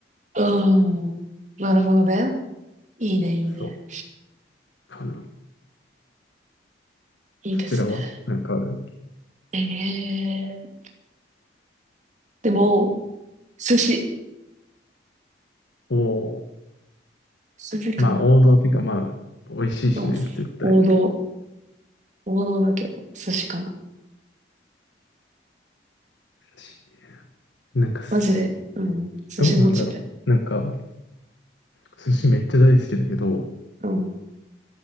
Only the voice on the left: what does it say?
そう、かな。
そちらはなんかある
おおー、
まあ王道っていうかまあ、美味しいしね、
絶対。
寿司なんかす、
どうなんだろう。なんか、寿司めっちゃ大好きだけど、